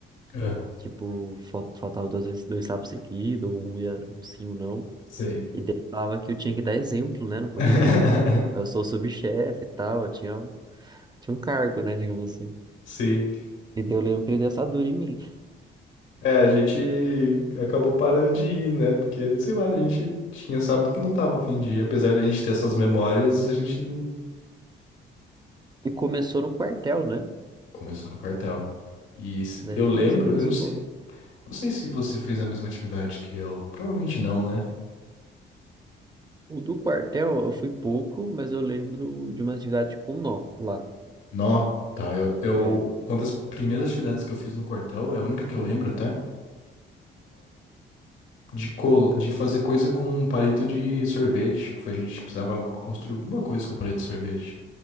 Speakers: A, on the left; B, on the right.
A: É,
B: Tipo, fal- faltava duas vezes dois sapos seguidos, ou um, ia, um sim, um não.
A: Sei.
B: E daí falava que eu tinha que dar exemplo, né? Não podia
A: <laughs>
B: ficar faltando. Eu sou o subchefe e tal, eu tinha, tinha um cargo, né? Digamos assim.
A: Sim.
B: E daí eu lembro que ele deu essa dura em mim.
A: É, a gente acabou parando de ir, né? Porque, sei lá, a gente tinha sábado que não tava a fim de ir. Apesar de a gente ter essas memórias, a gente não
B: E começou no quartel, né?
A: começou no quartel. E se-
B: né,
A: eu
B: Depois
A: lembro,
B: que eles
A: eu não
B: foram.
A: sei. Não sei se você fez a mesma atividade que eu. Provavelmente não, né?
B: O do quartel eu fui pouco, mas eu lembro de uma atividade com nó lá.
A: Nó, tá. Eu, eu-
B: é,
A: uma das primeiras atividades que eu fiz no quartel, é a única que eu lembro até, de, col de fazer coisa com um palito de sorvete. que A gente precisava construir alguma coisa com palito de sorvete.